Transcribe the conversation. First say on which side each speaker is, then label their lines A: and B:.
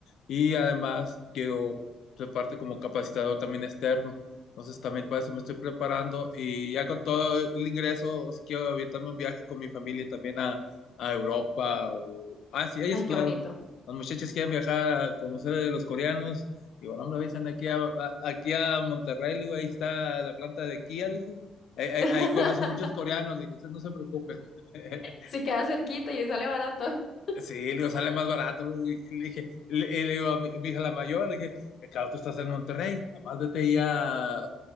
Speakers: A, on the left; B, on the left.
A: y además quiero ser parte como capacitador también externo. Entonces, también para eso me estoy preparando y ya con todo el ingreso, o si quiero aventarme un viaje con mi familia también a, a Europa o Asia, ellos,
B: Ay, qué bonito.
A: los muchachos quieren viajar a conocer de los coreanos. Digo, no, hombre, vayan aquí a, a- aquí a Monterrey, le digo, ahí está la planta de Kia, le dije. Ahí, ahí-
B: <laughs>
A: ahí conocen muchos coreanos, le dije, "ustedes no se preocupen. <laughs>
B: Si queda cerquita y sale barato. <laughs>
A: Sí, le digo, sale más barato. Le digo, y le dije, y le, y le digo a mi, mi hija la mayor, le dije, "Eh, claro, tú estás en Monterrey, nada más vete ahí a a